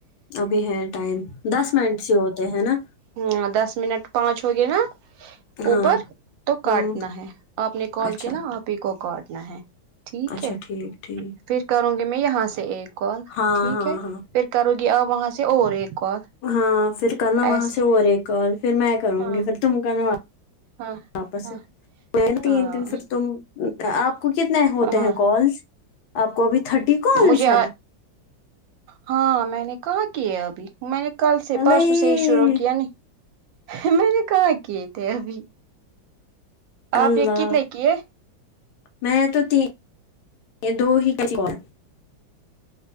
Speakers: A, on the left; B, on the right.
A: ابھی ہے ٹائم دس منٹ سے ہوتے ہیں نا
B: ہاں دس منٹ پانچ ہوگیا نا
A: ہاں
B: اوپر تو
A: ہوں
B: کاٹنا ہے آپ نے کال
A: اچھا
B: کیا نا آپ ہی کو کاٹنا ہے ٹھیک
A: اچھا
B: ہے
A: ٹھیک ٹھیک
B: پھر کروں گی میں یہاں سے ایک کال
A: ہاں
B: ٹھیک
A: ہاں
B: ہے
A: ہاں
B: پھر کرو گی آپ وہاں سے اور ایک کال
A: ہاں پھر کرنا وہاں
B: ایسے
A: سے اور ایک کال پھر میں کروں
B: ہاں
A: گی پھر تم کرنا
B: ہاں
A: آپس
B: ہاں
A: <unintelligible> سے تین
B: ہاں
A: دن پھر تم آپ آپ کو کتنے ہوتے
B: ہاں
A: ہیں کالس آپ کو ابھی تھرٹی کالس
B: مجھے
A: ہیں
B: ہاں میں نے کہاں کیے ابھی میں نے کل سے
A: الئی
B: پرسوں سے ہی شروع کیا نہیں میں نے کہاں کیے تھے ابھی آپ
A: اللہ
B: نے کتنے کیے
A: میں تو تین ہ <unintelligible> دو ہی کری کال